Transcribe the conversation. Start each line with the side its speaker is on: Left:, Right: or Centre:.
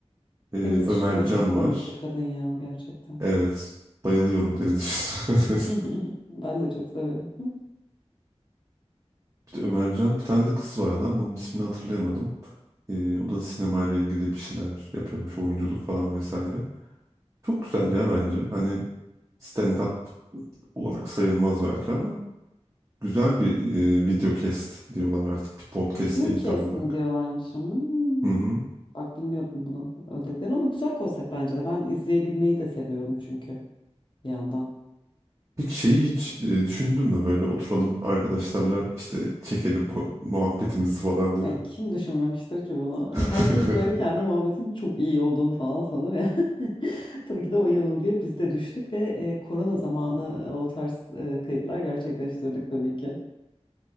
Right: e,
Left: Deniz
Right: Ömer
Left: Işın da çok
Right: Can
Left: komik
Right: var.
Left: bir kadın ya gerçekten.
Right: Evet. Bayılıyorum Deniz Işık'a.
Left: <laughs>
Right: <laughs>
Left: Ben de çok severim.
Right: Bir de Ömercan bir tane de kız vardı ama onun ismini hatırlayamadım. Ee, o da sinemayla ilgili bir şeyler yapıyormuş. Oyunculuk falan vesaire. Çok güzel ya bence. Hani stand-up olarak sayılmaz belki ama güzel bir e, video cast diyorlar artık. Bir podcast
Left: Video
Right: değil
Left: kesimi
Right: tam olarak.
Left: diyorlarmış. Hmm.
Right: Hı hı.
Left: Bak bilmiyordum bunu. Öyle dediler ama güzel konsept bence de. Ben izleyebilmeyi de seviyorum çünkü bir yandan.
Right: Peki şeyi hiç e, düşündün mü böyle oturalım arkadaşlarla işte çekelim ko- muhabbetimizi falan diye.
Left: Yani kim düşünmemiştir ki bunu?
Right: <laughs>
Left: Herkes böyle kendi muhabbetin çok iyi olduğunu falan sanır ya. <laughs> Tabii ki de o yanılgıya biz de düştük ve e, korona zamanı e, o tarz e, kayıtlar gerçekleştirdik tabii ki.